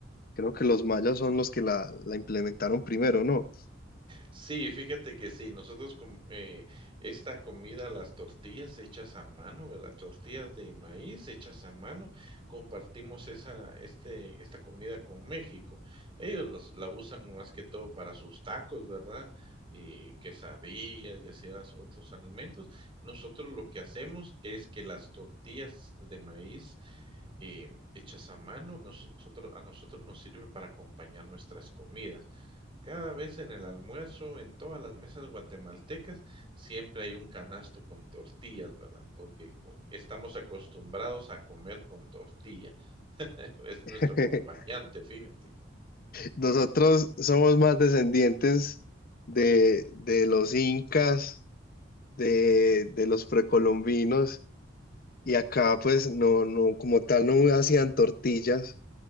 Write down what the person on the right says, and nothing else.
Sí, fíjate que sí, nosotros com eh, esta comida, las tortillas hechas a mano, ¿verdad? Tortillas de maíz hechas a mano, compartimos esa este esta comida con México. Ellos los la usan más que todo para sus tacos, ¿verdad? Y quesadillas y así las otros alimentos. Nosotros lo que hacemos es que las tortillas de maíz, eh, hechas a mano, nosotros a nosotros nos sirve para acompañar nuestras comidas. Cada vez en el almuerzo, en todas las mesas guatemaltecas, siempre hay un canasto con tortillas, ¿verdad? Porque co- estamos acostumbrados a comer con tortilla. <laughs> Es nuestro
acompañante, fíjate.